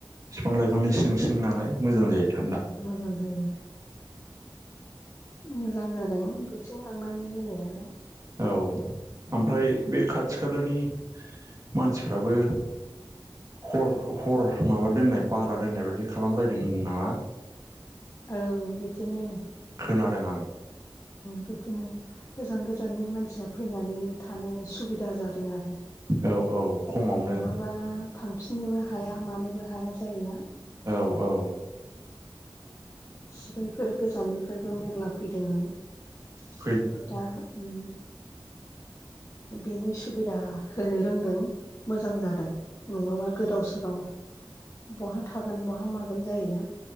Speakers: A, on the right (about 40°); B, on the left (about 35°).
A: बिफां लाइफांनि सिं सिं नालाय। मोजां जायो थान्दा
B: मोजां जायो। मोजां जादों बेथिं लांनानै होनायानो।
A: औ ओमफ्राय बे खाथि खालानि मानसिफ्राबो हर हर माबा दोननाय भारा दोननाय बायदि खालामलायदों होनदों नामा।
B: औ बिदिनो।
A: खोनादों आं।
B: बिदिनो गोजान गोजाननि मानसिया फैनानै थानो सुबिदा जादों आरो।
A: औ औ खमावनो।
B: माबा थांफिननोबो हाया मानोबो हाया जायोना।
A: औ औ।
B: सिबायफोर गोजाननिफ्रायबो मेरला फैदोंनो।
A: फग <inaudible>
B: दा ओम बेनि सुबिदा होनो रोंदों मोजां जादों नङाबा गोदाव सोराव बहा थागोन बहा मागोन जायोना।